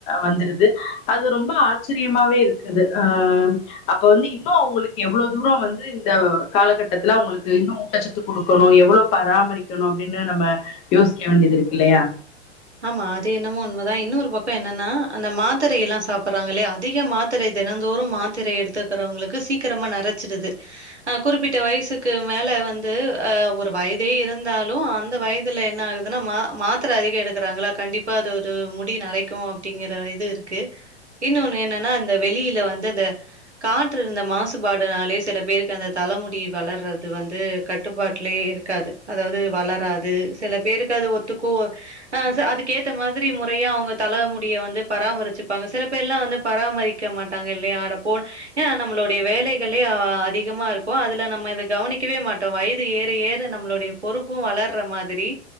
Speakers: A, on the left; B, on the right.
A: வந்துருது அது ரொம்ப ஆச்சரியமாவே இருக்குது ஆஹ் அப்ப வந்து இன்னு அவுங்களுக்கு எவ்ளோ தூரோ வந்து இந்த காலகட்டத்துல அவுங்களுக்கு இன்னு ஊட்டச்சத்து குடுக்கணு எவ்ளோ பராமரிக்கணு அப்டின்னு நம்ம யோசிக்க வேண்டியது இருக்கு இல்லையா
B: ஆமா அது என்னமோ உண்மதா இன்னொரு பக்கோ என்னன்னா அந்த மாத்திரையெல்லா சாப்புட்றாங்க இல்லையா அது அதிக மாத்திரை தினந்தோறும் மாத்திரை எடுத்துக்கிறவங்களுக்கு சீக்கிரமா நரைச்சிடுது ஆஹ் குறிப்பிட்ட வயசுக்கு மேல வந்து ஆஹ் ஒரு வயதே இருந்தாலும் அந்த வயதுல என்ன ஆகுதுன்னா மா மாத்திர அதிக எடு கறாங்கலா கண்டிப்பா அது ஒரு முடி நறைக்கும் அப்படிங்கிற இது இருக்கு இன்னொன்னு என்னன்னா அந்த வெளியில வந்து அந்த காற்று இந்த மாசுபாடுனாலே சில பேருக்கு அந்த தலைமுடி வளர்றது வந்து கட்டுப்பாட்லயே இருக்காது அதாவது வளராது சில பேருக்கு அது ஒத்துக்கும் ஒ ஆஹ் ச அதுக்கேத்த மாதிரி முறையா அவுங்க தல முடிய வந்து பராமரிச்சுப்பாங்க சில பேர்லாம் வந்து பராமரிக்க மாட்டாங்க இல்லையா அடப்போ ஏ நம்மளுடைய வேலைகளே ஆ அதிகமா இருக்கோ அதுல நம்ம இத கவனிக்கவே மாட்டோம் வயது ஏற ஏற நம்மளுடைய பொறுப்பும் வளர்ற மாதிரி